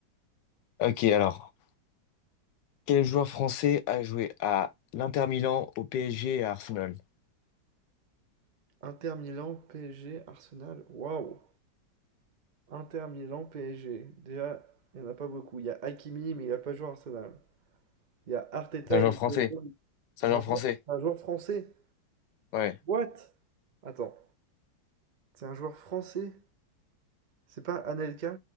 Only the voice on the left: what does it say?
Ok, alors. Quel joueur français a joué à l'Inter Milan, au PSG et à Arsenal?
C'est un joueur
français. Saint-Jean
français.
Ouais.